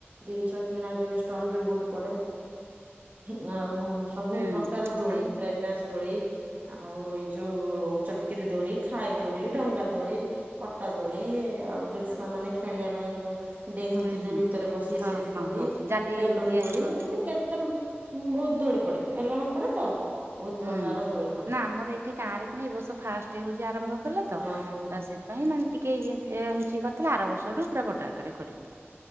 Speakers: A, on the right; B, on the right.
A: ଦିନିଷ କିଣା କିଣି ଷ୍ଟଲ ବି ବହୁତ ପଡେ। ଉଁ ଆଉ ସବୁ
B: ହୁଁ
A: ପ୍ରକାର ଦୋଳି
B: ଆମ
A: ବ୍ରେକ ଡାନ୍ସ ଦୋଳି। ଆଉ ଏଇ ଯୋଉ ଚକିରି ଦୋଳି। ଖାଇ ଦୋଡି, ଡଙ୍ଗା, ଦୋଳି, ପଟା ଦୋଳି ଆଉ ଯୋଉ ଛୁଆ ମାନେ ଖେଳିବା ପାଇଁ ଯୋଉ। ଡେହନ୍ତି
B: ହୁଁ
A: ଯୋଉ
B: ହୁଁ
A: ଭିତରେ ପସି
B: ହଁ
A: ସେ
B: ହଁ
A: ଦେଳି।
B: ହଁ ଜାଲି
A: ବେଲୁନ
B: ଦିଆ
A: ଦୋଳି
B: ହେଇଥିବ
A: ଏମିତି କେତେ ଉଁ ବହୁତ ଦୋଳି ପଡେ ମେଲଣ ପଡେ ତ। ବହୁତ
B: ହୁଁ
A: ପ୍ରକାର ଦୋଳି ପଡେ
B: ନା ଆମର ଏଇଠି ଗାଁ ରେ କଣ ଏଇ ବର୍ଷ ଫାର୍ଷ୍ଟ ହଉଛି ଆରମ୍ଭ କଲେ ତ ଅ
A: ଓହୋ
B: ସେ ପାଇଁ ମାନେ ଟିକେ ଇଏରେ ହଉଚି କରିଥିଲା ଆର ବର୍ଷଠୁ ପୁରା ବଡ ଆକାରେ କରିବେ।